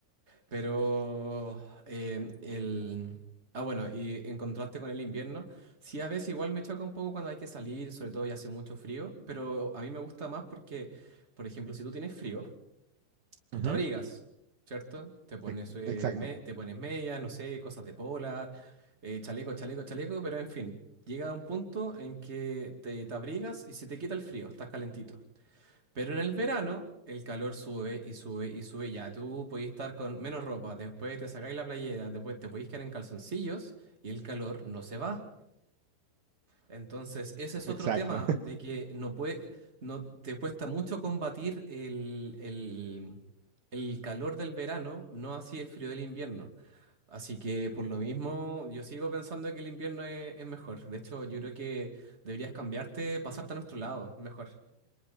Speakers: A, on the right; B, on the right.
A: Pero eh, el. Ah, bueno, y en contraste con el invierno, sí a veces igual me choca un poco cuando hay que salir, sobre todo y hace mucho frío, pero a mí me gusta más porque, por ejemplo, si tú tienes frío, tú
B: ujú,
A: te abrigas, ¿cierto? Te pones,
B: ex-
A: eh,
B: Exacto,
A: me- te pones medias, no sé, cosas de polar, eh, chaleco, chaleco, chaleco, pero en fin, llega un punto en que te, te abrigas y se te quita el frío, estás calentito. Pero en el verano, el calor sube y sube y sube. Ya tú podés estar con menos ropa, después te sacáis la playera, después te podéis quedar en calzoncillos y el calor no se va. Entonces, ese es
B: exacto.
A: otro tema de que no puede, no te cuesta mucho combatir el, el- el calor del verano, no así el frío del invierno. Así que por lo mismo, yo sigo pensando que el invierno es, es mejor. De hecho, yo creo que deberías cambiarte, pasarte a nuestro lado, mejor.